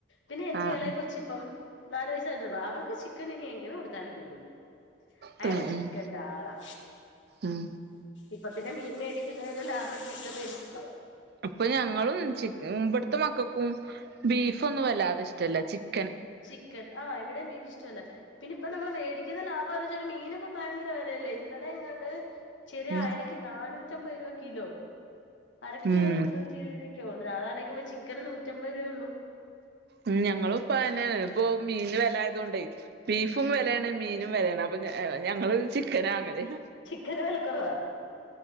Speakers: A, on the left (about 75°); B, on the right (about 55°).
A: പിന്നെ എന്റെയെളെ
B: ആഹ്
A: കൊച്ചിപ്പം നാല് വയസ്സായിട്ടുള്ളു അവൾക്ക് ചിക്കൻ ഇനി എങ്ങനെ കൊടുത്താലും തിന്നും അയാൾ
B: തിന്നും
A: ചിക്കന്റെ ആളാ
B: ഉം
A: ഇപ്പൊ പിന്നെ മീൻ മേടിക്കുന്നതിന് ലാഭം ചിക്ക മേടിക്കുന്ന
B: അപ്പൊ ഞങ്ങളും ചിക്കൻ മ്പടുത്തെ മക്കക്കും ബീഫൊന്നും വല്ലാതെ ഇഷ്ടല്ല ചിക്ക
A: ചിക്കൻ ആ ഇവിടെയും ബീഫ് ഇഷ്ടമല്ല പിന്നെ ഇപ്പ നമ്മൾ മേടിക്കുന്ന ലാ ര ച മീൻ ഇപ്പോ ഭയങ്കര വിലല്ലേ ഇന്നലെ ങ്ങാട് ചെറിയ
B: ഉം
A: അയലക്ക് നാനൂറ്റ റ്റൊമ്പത് രൂപ കിലോ അരക്കിലോ
B: ഉം
A: ഇരു നൂറ്റി എഴുപത് രൂപ ക്ഓണ് അതാലക്കുമ്പ ചിക്കന് നൂറ്റമ്പത് രൂപയുള്ളൂ
B: ഉം ഞങ്ങളുപ്പയന്നെ ഇപ്പോ മീൻ വില ആയതുകൊണ്ടേ ബീഫും
A: ഉം
B: വിലയാണ് മീനും വിലയാണ് അപ്പ ഞ ഞങ്ങൾ ചിക്കൻ വാങ്ങൽ ഹ
A: കരവൽ കുറവ